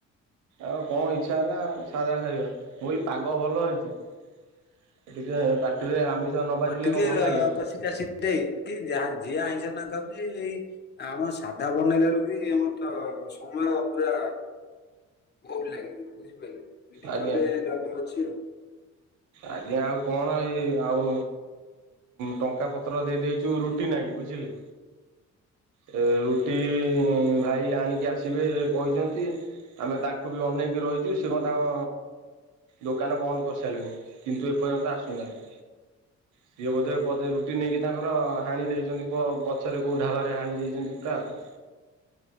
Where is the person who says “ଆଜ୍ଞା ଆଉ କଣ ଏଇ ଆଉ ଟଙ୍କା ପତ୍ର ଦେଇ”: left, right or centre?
Right